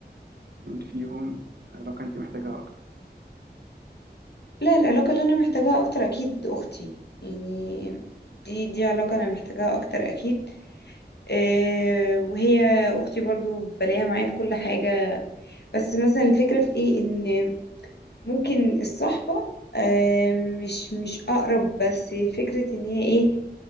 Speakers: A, on the right; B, on the left.
A: مين فيهم علاقة أنت محتاجها أكتر
B: لا العلاقة اللي أنا محتاجاها أكتر أكيد أختي يعني دي دي علاقة أنا محتاجاها أكتر أكيد أه وهي أختي برضو بلاقيها معايا في كل حاجة بس مثلا الفكرة في إيه إن ممكن الصحبة أه مش مش أقرب بس فكرة إن هي إيه